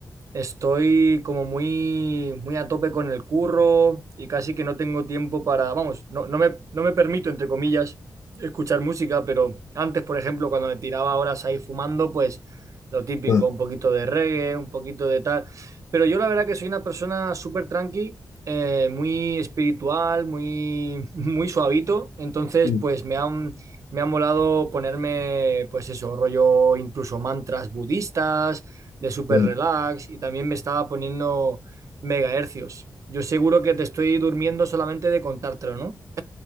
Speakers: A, on the right; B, on the left.
A: estoy como muy, muy a tope con el curro y casi que no tengo tiempo para, vamos, no, no me, no me permito, entre comillas, escuchar música, pero antes, por ejemplo, cuando me tiraba horas ahí fumando, pues lo típico,
B: Mm,
A: un poquito de reggae, un poquito de tal. Pero yo la verdad que soy una persona súper tranqui, eh, muy espiritual, muy, <laughs> muy suavito, entonces
B: mm,
A: pues me han... Me ha molado ponerme, pues eso, rollo incluso mantras budistas, de super
B: mm.
A: relax y también me estaba poniendo megahercios. Yo seguro que te estoy durmiendo solamente de contártelo, ¿no?